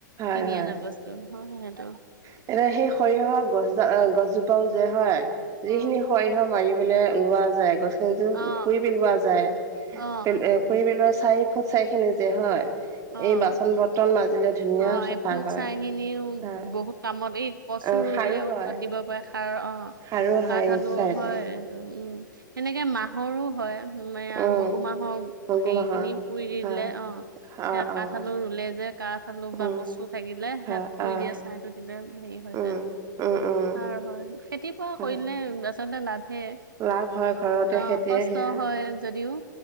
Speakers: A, on the right (about 30°); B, on the right (about 85°).
A: হয়
B: কিনি
A: হয়।
B: অনা বস্তু হয় সেইটো।
A: এ, সেই সৰিয়হৰ গছ গছ জোপাও যে হয়
B: অ
A: যিখিনি সৰিয়হ মাৰি বোলে লোৱা যায়, গছখিনিতো
B: অ
A: পুৰি পেলোৱা যায় <unintelligible>
B: অ
A: পুৰি পেলোৱা চাৰি ফুট চাইখিন যে হয়
B: অ অ
A: এই বাচন বৰ্তন মাজিলে ধুনীয়া
B: অ'
A: চাফা
B: এই ফুট
A: হয়।
B: চাইখিনিও
A: হয়
B: বহুত কামত, এই কচুৰ
A: অ'
B: ৰুলেও
A: সাৰো হয়
B: তাত দিব পাৰে সাৰ, অ'।
A: সাৰো হয়
B: কাঠ আলু
A: চাইটো
B: হয় এইটো, উম, সেনেকে মাহৰো হয়। য়া
A: উম,
B: মগু মাহৰ
A: মগু
B: হেৰিখিনি
A: মাহৰ
B: পুৰি দি
A: হয়
B: দিলে, অ'।
A: অ',
B: সে কাঠ
A: অ',
B: আলু ৰুলে যে কাঠ আলু
A: উম,
B: বা কচু থাকিলে
A: হয়
B: সেই পুৰি
A: অ',
B: দিয়ে ছাইটো <unintelligible> হেৰি হৈ
A: উম,
B: যায়,
A: উম, উম,
B: সাৰ হয়, খেতি পুৰা
A: হয়
B: কৰিলে আচলতে লাভে।
A: লাভ হয় ঘৰতে
B: অ'
A: খেতিয়ে
B: কষ্ট
A: সেয়া
B: হয় যদিও।